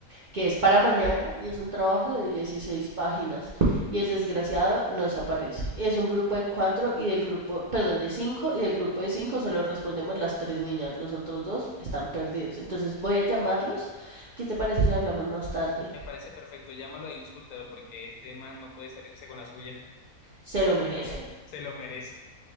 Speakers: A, on the right; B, on the left.
A: que es para mañana y es un trabajo de 16 páginas y el desgraciado no se aparece. Es un grupo de cuatro y del grupo, perdón, de cinco y del grupo de cinco solo respondemos las tres niñas, los otros dos están perdidos. Entonces voy a llamarlos. ¿Qué te parece si hablamos más tarde?
B: Me parece perfecto, llámalo e insúltalo porque este man no puede salirse con la suya,
A: Se lo merecen.
B: <laughs> se lo merece.